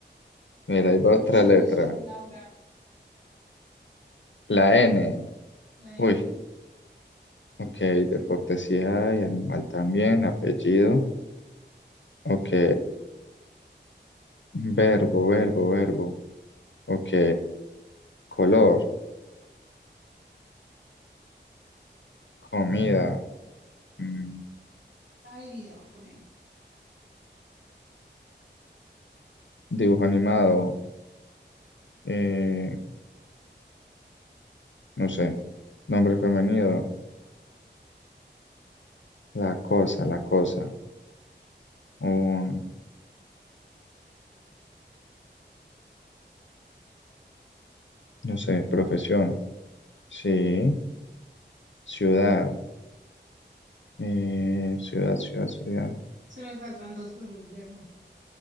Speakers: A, on the left; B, on the right.
A: Mira, ahí va
B: Mucho
A: otra letra.
B: gusto, Laura.
A: La N.
B: La
A: Uy, ok.
B: deporte.
A: Deporte sí hay, animal también, apellido. Ok. Verbo, verbo, verbo. Ok. Color, comida, mm,
B: La bebida, voy a poner.
A: dibujo animado, eh, no sé, nombre femenino, la cosa, la cosa. o no sé, profesión, sí, ciudad, eh, ciudad, ciudad, ciudad,
B: Solo me faltan dos cosas, verbo.